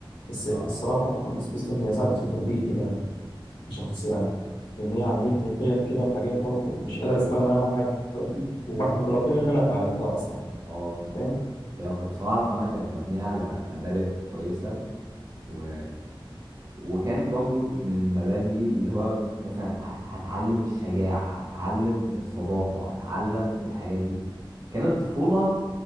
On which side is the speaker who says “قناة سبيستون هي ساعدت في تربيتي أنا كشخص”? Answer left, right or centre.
Left